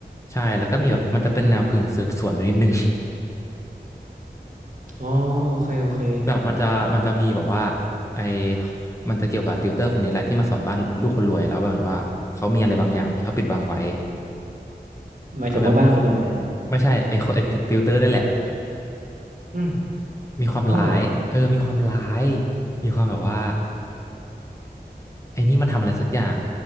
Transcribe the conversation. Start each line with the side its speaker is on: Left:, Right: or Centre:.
Left: ใช่แล้วก็มีแบบมันจะเป็นแนวกึ่งสืบสวนอยู่นิดนึง
Right: อ๋อโอเคโอเค
Left: แบบมันจะมันจะมีแบบว่าไอมันจะเกี่ยวกับติวเตอร์คนนี้แหละที่มาสอนบ้านลูกคนรวยแล้วแบบว่าเขามีอะไรบางอย่างที่เขาปิดบังไว้แล้วก็แบบ
Right: หมายถึงว่าบ้านคนรวยอะนะ
Left: ไม่ใช่ไอคนไอติวเตอร์นี่แหละ
Right: อืม
Left: มีความร้ายเออมีความร้าย
Right: อ๋อเหรอ
Left: มีความแบบว่าไอนี่มันทำอะไรสักอย่าง